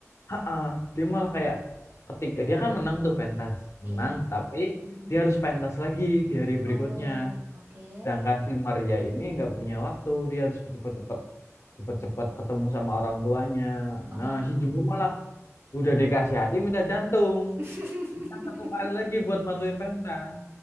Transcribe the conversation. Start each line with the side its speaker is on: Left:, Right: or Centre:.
Left: ah, ah. dia malah kayak ketika dia kan menang tuh pentas, menang,
Right: Iya.
Left: tapi
Right: mm
Left: dia harus pentas lagi di hari berikutnya.
Right: Oh, oke.
Left: Sedangkan si Maria ini nggak punya waktu, dia harus cepet-cepet cepet-cepet ketemu sama orang tuanya.
Right: Oh.
Left: Nah, si Jumbo malah udah dikasih hati minta jantung.
Right: <laughs>
Left: Kita satu kali lagi buat manduin pentas.